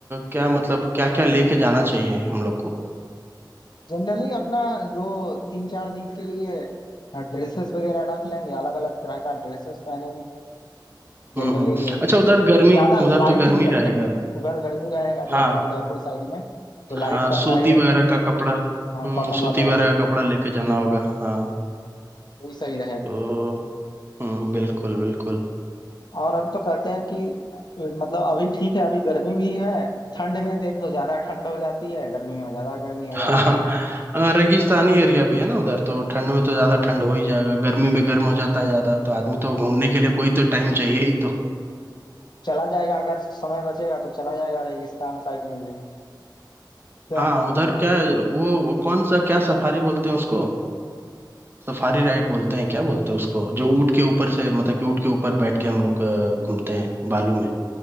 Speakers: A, on the right; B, on the left.
A: क्या मतलब क्या क्या लेके जाना चाहिए हम लोग को
B: जनरली अपना जो तीन चार दिन के लिए ड्रेसेस वगैरह रख लेंगे अलग अलग तरह का ड्रेसेस पहनेंगे जनरली
A: हम्म हम्म अच्छा उधर गर्मी
B: ज्यादा
A: उधर
B: लाइट
A: तो गर्मी
B: ही रखेंगे
A: रहेगा
B: उधर गर्मी रहेगा
A: हाँ
B: जयपुर उदयपुर साइड में तो लाइट
A: हाँ
B: कपड़ा
A: सूती
B: ही रखेंगे
A: वगैरह का कपड़ा हम्म
B: हाँ कॉटन
A: सूती
B: वाला
A: वगैरह
B: रख लेंगे
A: का कपड़ा लेके जाना होगा हाँ
B: वही सही रहेगा
A: तो हम्म बिल्कुल बिल्कुल
B: और हम तो कहते हैं कि मतलब अभी ठीक है अभी गर्मी भी है ठंड में देख तो ज्यादा ठंड हो जाती है गर्मी में ज्यादा गर्मी हो
A: हाँ
B: जाती है
A: हाँ, रेगिस्तानी एरिया भी है ना उधर तो ठंड में तो
B: हाँ
A: ज्यादा ठंड हो ही जाएगा गर्मी में गर्म हो जाता है ज्यादा तो आदमी तो घूमने के लिए कोई तो टाइम चाहिए ही तो
B: चला जाएगा अगर समय बचेगा तो चला जाएगा रेगिस्तान साइड में भी तो,
A: हाँ
B: अ,
A: उधर क्या वो, वो कौन सा क्या सफारी बोलते हैं उसको सफारी राइड बोलते हैं क्या बोलते हैं उसको जो ऊँट के ऊपर से मतलब कि ऊँट के ऊपर बैठ के हम लोग अ, घूमते हैं बालू में